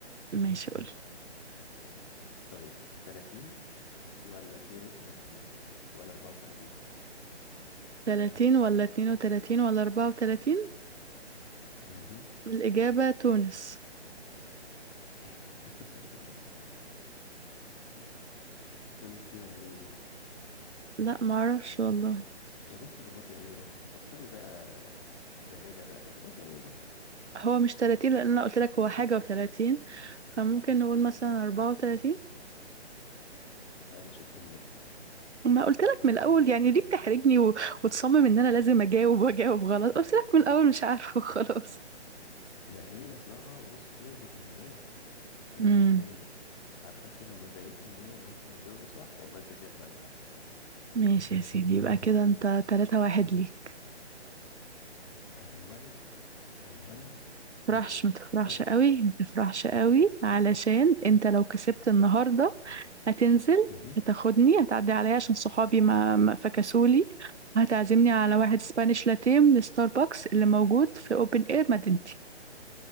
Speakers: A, on the right (about 80°); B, on the left (about 25°).
A: ماشي قول
B: طيب 30 ولا 32 ولا 34
A: 30 ولا 32 ولا 34
B: امم
A: الاجابه تونس
B: <laughs> تونس يعني ايه
A: لا ما اعرفش والله
B: يا بنتي اخبطي اي رقم بطلي بقى بلادة بقى اخبطي اي رقم
A: هو مش 30 لان انا قلت لك هو حاجه و30 فممكن نقول مثلا 34
B: قلشت منك دي
A: ما قلت لك من الاول يعني ليه بتحرجني و... وتصمم ان انا لازم اجاوب واجاوب غلط قلت لك من الاول مش عارفه <laughs> خلاص
B: ما هي اصلها بصي هي بالنيات هي
A: امم
B: بالنية عارفة انت لو مبيتة النية ان انت هتجاوبي صح والله كانت جت معاكي
A: ماشي يا سيدي يبقى كده انت تلاتة واحد ليك
B: ايوان ايوان ماشي
A: متفرحش متفرحش
B: طيب
A: قوي متفرحش قوي علشان انت لو كسبت النهارده هتنزل
B: مهم.
A: هتاخدني هتعدي عليا عشان صحابي ما, ما فكسولي وهتعزمني على واحد سبانيش لاتيه من ستاربكس اللي موجود في اوبن اير مدينتي